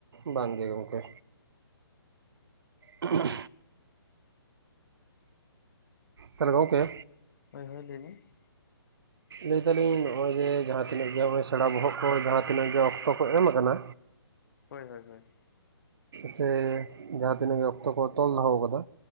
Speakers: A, on the right; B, on the left.
A: ᱵᱟᱝ ᱜᱮ ᱜᱚᱝᱠᱮ᱾ ᱟ <unintelligible> ᱛᱟᱦᱟᱞᱮ ᱜᱚᱝᱠᱮ
B: ᱦᱳᱭ ᱦᱳᱭ ᱞᱟᱹᱭ ᱵᱤᱱ᱾
A: ᱞᱟᱹᱭᱫᱟᱞᱤᱧ ᱱᱚᱜ-ᱚᱭ ᱡᱮ ᱡᱟᱦᱟᱸ ᱛᱤᱱᱟᱹᱜ ᱜᱮ ᱦᱚᱸᱜ-ᱚᱭ ᱥᱮᱬᱟ ᱵᱚᱦᱚᱜ ᱠᱚ ᱡᱟᱦᱟᱸ ᱛᱤᱱᱟᱹᱜ ᱜᱮ ᱚᱠᱛᱚ ᱠᱚ ᱮᱢᱟ ᱠᱟᱱᱟ᱾
B: ᱦᱳᱭ ᱦᱳᱭ ᱦᱳᱭ᱾
A: ᱥᱮ ᱡᱟᱦᱟᱸ ᱛᱤᱱᱟᱹᱜ ᱜᱮ ᱚᱠᱛᱚ ᱠᱚ ᱛᱚᱞ ᱫᱚᱦᱚ ᱟᱠᱟᱫᱟ᱾